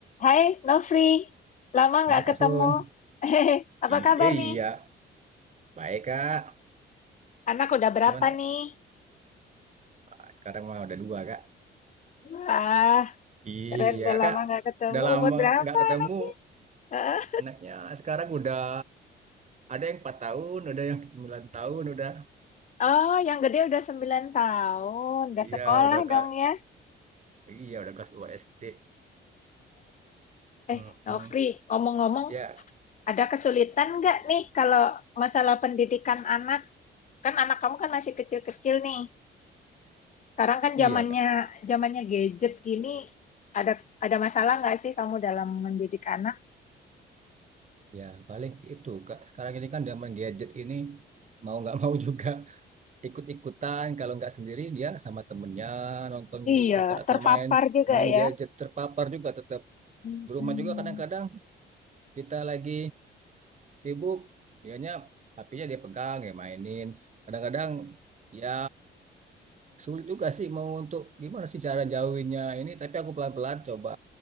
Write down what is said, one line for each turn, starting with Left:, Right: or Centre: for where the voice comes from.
Left: Hai Nofri, lama nggak
Right: Hai Kak
Left: ketemu.
Right: Sun.
Left: <laughs> Hehehe, apa
Right: I-
Left: kabar
Right: eh, iya,
Left: nih?
Right: baik Kak.
Left: Anak udah berapa
Right: Gimana Kak?
Left: nih?
Right: Wah, Sekarang mah udah dua Kak.
Left: Wah,
Right: Iya
Left: keren udah
Right: Kakak,
Left: lama nggak ketemu.
Right: udah lama
Left: Umur berapa
Right: nggak ketemu.
Left: anaknya? Heeh.
Right: Anaknya sekarang udah ada yang 4 tahun, ada yang 9 tahun udah.
Left: Oh, yang gede udah 9 tahun, udah
Right: Iya,
Left: sekolah
Right: udah Kak.
Left: dong ya. <laughs>
Right: Iya, udah kelas 2 SD.
Left: Eh,
Right: Mm-mm.
Left: Nofri, ngomong-ngomong,
Right: Ya,
Left: ada kesulitan nggak nih kalau masalah pendidikan anak? Kan anak kamu kan masih kecil-kecil nih. Sekarang kan
Right: iya
Left: zamannya
Right: Kak.
Left: zamannya gadget gini, ada ada masalah nggak sih kamu dalam mendidik anak?
Right: Ya, paling itu Kak. Sekarang ini kan zaman gadget ini mau nggak <laughs> mau juga ikut-ikutan. Kalau nggak sendiri dia sama temennya nonton
Left: Iya,
Right: nonton atau
Left: terpapar
Right: main
Left: juga
Right: main
Left: ya.
Right: gadget terpapar juga
Left: Mm-mm,
Right: di rumah juga kadang-kadang kita lagi sibuk, dianya HPnya dia pegang ya mainin. Kadang-kadang ya sulit juga sih mau untuk gimana sih cara jauhinnya ini. Tapi aku pelan-pelan coba.